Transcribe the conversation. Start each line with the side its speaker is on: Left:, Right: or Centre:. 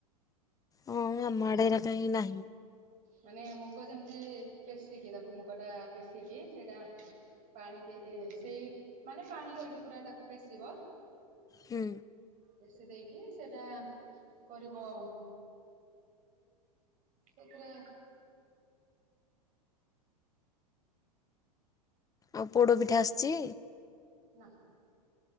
Left: ଅଁ ଆମ ଆଡ଼େ ଏରା କାଇଁ ନାହିଁ।
Right: ମାନେ ମୁଗ ଯେମିତି ପେଶିକି ତାକୁ ମୁଗଟା ପେଶିକି ସେଇଟା ପାଣି ଦେ ଏ ସେଇ ମାନେ ପାଣି କରିକି ପୁରା ତାକୁ ପେଶିବ।
Left: ହୁଁ।
Right: ପେଶି ଦେଇକି ସେଇଟା କରିବ। ସେଇଥିରେ
Left: ଆଉ ପୋଡ଼ ପିଠା ଆସଚି?
Right: ନାଁ।